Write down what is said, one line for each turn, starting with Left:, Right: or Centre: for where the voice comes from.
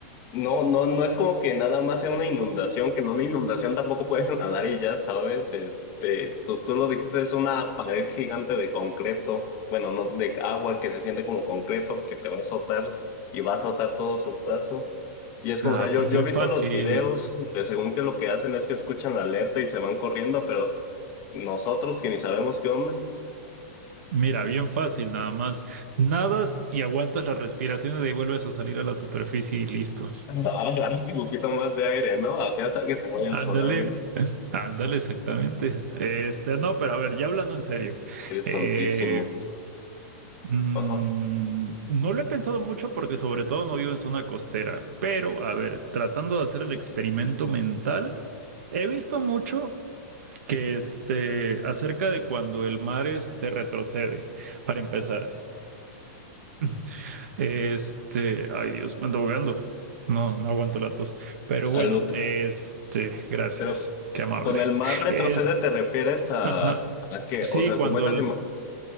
Left: no, no, no es como que nada más sea una inundación, que en una inundación tampoco puedes <laughs> nadar y ya sabes, este, tú, tú lo dijiste, es una pared gigante de concreto, bueno, no, de agua que se siente como concreto, que te va a azotar y va a azotar todo su paso. Y es como,
Right: Ah,
Left: o sea, yo,
Right: pues
Left: yo
Right: bien
Left: he visto
Right: fácil.
Left: los videos de según que lo que hacen es que escuchan la alerta y se van corriendo, pero nosotros que ni sabemos qué onda,
Right: Mira, bien fácil nada más. Nadas y aguantas las respiraciones y de ahí vuelves a salir a la superficie y listo.
Left: <laughs> agarran un poquito más de aire, ¿no? Así hasta que se vaya el
Right: Ándale,
Left: tsunami.
Right: Ándale, exactamente. Este, no, pero a ver, ya hablando en serio,
Left: Es que eres
Right: eh,
Left: tontísimo.
Right: mm,
Left: Ajá.
Right: no lo he pensado mucho porque sobre todo no vivo en zona costera, pero a ver, tratando de hacer el experimento mental, he visto mucho que este, acerca de cuando el mar este retrocede, para empezar. <clears throat> Este, ay Dios, me ando ahogando. No, no aguanto la tos. Pero
Left: Salud.
Right: bueno, este, gracias,
Left: Pero co-
Right: qué amable.
Left: con el mar retrocede
Right: Este,
Left: te refieres a,
Right: Ajá,
Left: a que,
Right: Sí,
Left: o sea,
Right: cuando
Left: como esas
Right: el,
Left: imágenes...